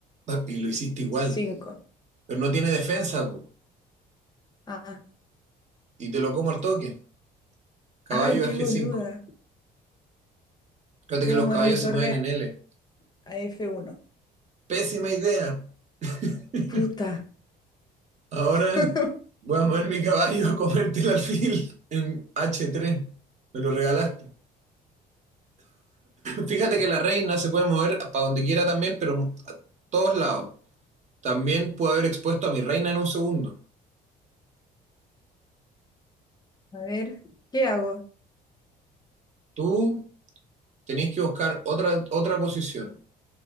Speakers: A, on the right; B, on the left.
A: Y lo hiciste igual,
B: cinco
A: pero no tiene defensa, po,
B: Ah,
A: y te lo como al toque. Caballo
B: ay, qué
A: a G5.
B: boluda.
A: Fíjate
B: Voy
A: que los
B: a mover
A: caballos
B: mi torre
A: se mueven en L.
B: a f uno
A: Pésima idea. <laughs>
B: Puta.
A: Ahora
B: <laughs>
A: voy a mover mi caballo a comerte el alfil en H3. Me lo regalaste. Fíjate que la reina se puede mover para donde quiera también, pero a todos lados. También puedo haber expuesto a mi reina en un segundo.
B: A ver, ¿qué hago?
A: Tú tenés que buscar otra, otra posición.